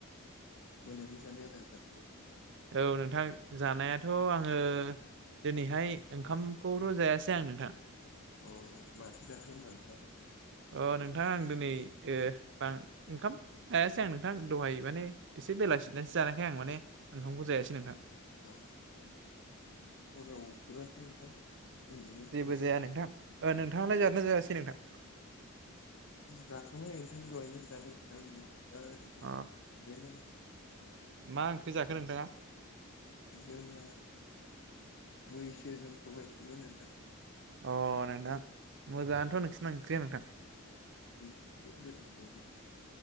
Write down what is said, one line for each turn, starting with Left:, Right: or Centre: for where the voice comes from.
Left: मोनानि जानाय आदार जाबाय
Right: औ नोंथां जानायाथ' आङो। दिनैहाय ओंखामखौथ' जायासै आं नोंथां।
Left: अ माथो जाखो होनबा नोंथां।
Right: अ नोंथाङा आं दिनै ए आं ओंखाम जायासै आं नोंथां दहाय माने एसे बेलासि सेसो जानायखाय माने ओंखामखौ जायासै नोंथां।
Left: अ हराव उखैब्लासो नोंथां। उन्दुनाय समाव
Right: जेबो जाया नोंथां नोंथाङालाय जादोना जायासै नोंथां।
Left: जाखांबाय नोंथां दहायनो जादों होनना बुङो दा ओरैनो
Right: अ
Left: जिरायना दं।
Right: मा ओंख्रि जाखो नोंथाङा?
Left: जोंना मैसो जों सबायजोंमोन नोंथां।
Right: अ नोंथां मोजाङानोथ' नोंसोरना ओंख्रिया नोंथां।
Left: दिनै एसे गोथाव संदों